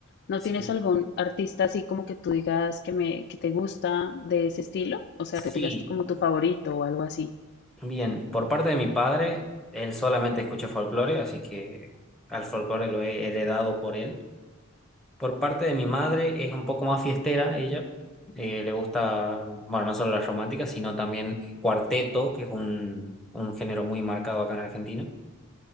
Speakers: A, on the left; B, in the centre.
A: ¿no
B: Sí.
A: tienes algún artista así como que tú digas que me, que te gusta de ese estilo? O sea,
B: Sí.
A: que tú digas como tu favorito o algo así.
B: Bien, por parte de mi padre, él solamente escucha folclore, así que al folclore lo he heredado por él. Por parte de mi madre es un poco más fiestera ella. Eh, le gusta, bueno, no solo las románticas, sino también cuarteto, que es un, un género muy marcado acá en Argentina.